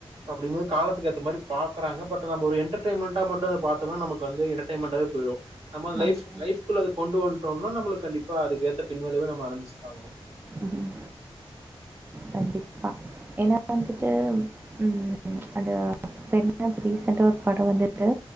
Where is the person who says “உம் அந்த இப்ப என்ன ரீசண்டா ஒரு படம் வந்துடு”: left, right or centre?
Right